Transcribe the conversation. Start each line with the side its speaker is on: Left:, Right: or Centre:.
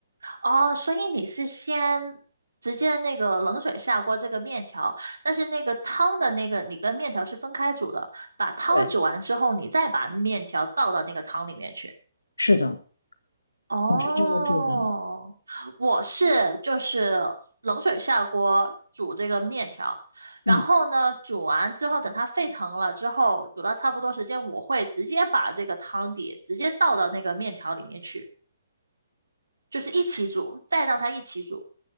Right: 哦，所以你是先直接那个冷水下锅这个面条，但是那个汤的那个你跟面条是分开煮的，把汤煮完之后，
Left: 对，
Right: 你再把面条倒到那个汤里面去。
Left: 是的，
Right: 哦，
Left: 我是这么煮的。
Right: 我是就是冷水下锅煮这个面条，然后呢，
Left: 嗯。
Right: 煮完之后等它沸腾了之后，煮到差不多时间，我会直接把这个汤底直接倒到那个面条里面去。就是一起煮，再让它一起煮，